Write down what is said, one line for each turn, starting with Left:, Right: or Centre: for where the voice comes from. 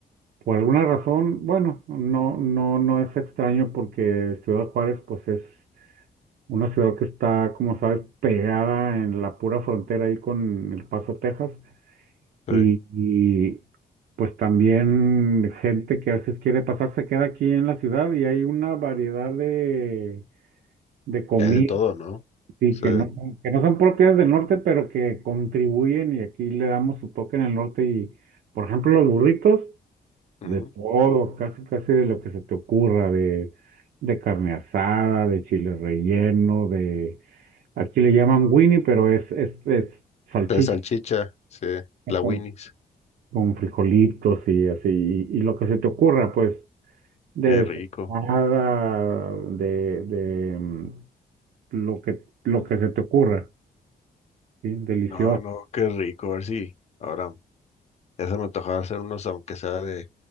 Right: por alguna razón, bueno, no, no, no es extraño porque Ciudad Juárez, pues es una ciudad que está, como sabes, pegada en la pura frontera ahí con El Paso, Texas.
Left: sí.
Right: Y, y, pues también gente que a veces quiere pasar se queda aquí en la ciudad y hay una variedad de, de comidas
Left: Y hay de todo, ¿no?
Right: Sí,
Left: Sí.
Right: que no, son- que no son propias del norte, pero que contribuyen y aquí le damos su toque en el norte y, por ejemplo, los burritos,
Left: Ujú.
Right: de todo, casi casi de lo que se te ocurra, de, de carne asada, de chile relleno, de, aquí le llaman Winnie, pero es, es, es salchicha
Left: De salchicha, sí. La
Right: con,
Left: Winnie's.
Right: con frijolitos y así, y, y lo que se te ocurra, pues, de
Left: Qué rico.
Right: desalmada, de, de mm, lo que, lo que se te ocurra, ¿sí? Delicioso.
Left: No, no, qué rico. A ver si ahora Ya se me antojaba hacer unos, aunque sea de...